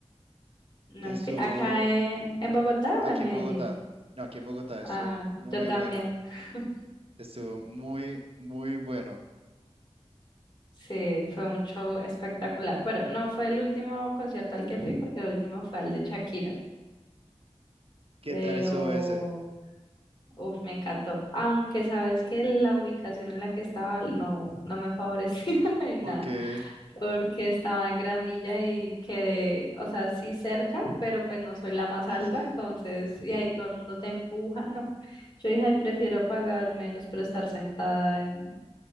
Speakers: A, on the left (about 45°); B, on the right (about 60°).
A: No,
B: Estuvo
A: que- ¿Acá en, en Bogotá
B: aquí
A: o en Medellín?
B: en Bogotá. No, aquí en Bogotá, estuvo
A: Ah,
B: muy
A: yo también.
B: bueno.
A: <laughs>
B: Estuvo muy, muy bueno.
A: Sí, fue un show espectacular. Bueno, no fue el último concierto al que fui porque el último fue al de Shakira,
B: ¿Qué
A: pero
B: tal estuvo ese?
A: Uf, me encantó. Aunque sabes que la ubicación en la que estaba no, no me favorecía <laughs> en
B: Porque
A: nada, porque estaba en gramilla y quedé, o sea, sí cerca, pero pues no soy la más
B: sí,
A: alta, entonces, y ahí todo el mundo te empuja. No, yo dije, ay, prefiero pagar menos, pero estar sentada en,